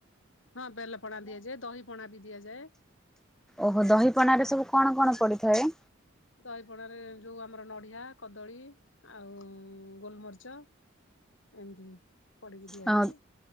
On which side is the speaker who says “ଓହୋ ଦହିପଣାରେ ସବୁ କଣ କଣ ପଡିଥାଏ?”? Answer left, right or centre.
Centre